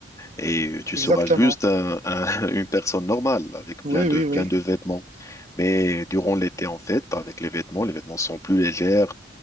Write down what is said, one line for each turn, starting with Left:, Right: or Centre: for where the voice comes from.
Left: Et tu
Right: exactement.
Left: seras juste un- un- <laughs> une personne normale, avec
Right: Oui,
Left: plein de,
Right: oui,
Left: plein
Right: oui.
Left: de vêtements. Mais durant l'été, en fait, avec les vêtements, les vêtements sont plus légers,